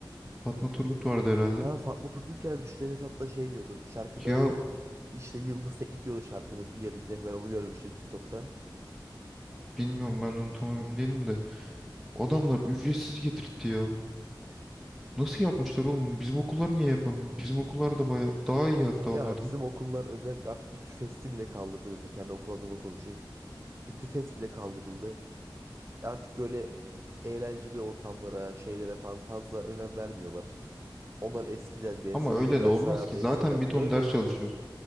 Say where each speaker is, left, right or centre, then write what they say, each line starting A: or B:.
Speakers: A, in the centre; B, on the right.
A: Fatma Turgut vardı herhalde.
B: Ha Fatma Turgut gelmişti evet hatta şey diyordu şarkıda
A: Ya
B: işte Yıldız Teknik diyordu şarkının bir yerinde ben onu görmüştüm TikTok'ta.
A: bilmiyorum ben onu tam emin değilim de. Adamlar ücretsiz getirtti ya. Nasıl yapmışlar oğlum? bunu? Bizim okullar niye yapamıyor? Bizim okullar da baya daha iyi hatta onlardan.
B: Ya bizim okullar özellikle artık İTÜFES'i bile kaldırdı mesela kendi okul adıma konuşayım. İTÜFES bile kaldırıldı. Artık böyle eğlenceli ortamlara, şeylere falan fazla önem vermiyorlar. Onlar eskiden de eski,
A: Ama öyle
B: üniversite
A: de olmaz
B: hayatı
A: ki.
B: eskiden
A: Zaten bir
B: de
A: ton
B: öyleydi.
A: ders çalışıyoruz.